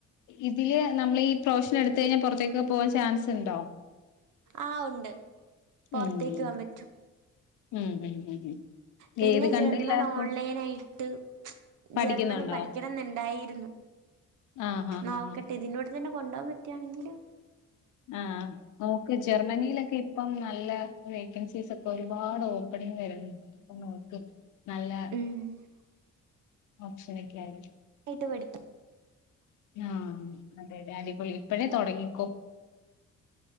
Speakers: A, on the left (about 75°); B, on the right (about 85°).
A: ഇതില് നമ്മളീ പ്രൊഫഷൻ എടുത്ത് കഴിഞ്ഞാൽ പൊറത്തേക്കൊക്കെ പോവാൻ ചാൻസ് ഉണ്ടോ
B: ആഹ് ഉണ്ട് പുറത്തേക്ക്
A: ഉം ഉം
B: പോകാൻ പറ്റും
A: ഉം ഉം ഉം ഉം
B: പിന്നെ
A: ഏത് കൺട്രിയിലാ
B: ജർമ്മൻ
A: ഇപ്പൊ
B: ഓൺലൈനായിട്ട്
A: പഠിക്കുന്നുണ്ടോ
B: ജർമ്മനും പഠിക്കണെന്നുണ്ടായിരുന്നു
A: ആഹ് ആഹ്
B: നോക്കട്ടെ
A: ആഹ് ആഹ്
B: ഇതിന്റെ കൂടെ തന്നെ കൊണ്ടു പോവാൻ പറ്റാണെങ്കില്
A: ആഹ് നോക്ക് ജർമ്മനിയിലൊക്കെ ഇ പ്പം നല്ല വേക്കൻസീസ് ഒക്കെ ഒരുപാട് ഓപ്പണിങ് വരുന്നു നോക്ക് നല്ല
B: ഏഹ്
A: ഓപ്ഷനൊക്കെ ആയിരി
B: ആയിട്ട് പഠിക്കും
A: ആഹ് അതെ അതെ അടിപൊളി ഇപ്പഴേ തൊടങ്ങിക്കോ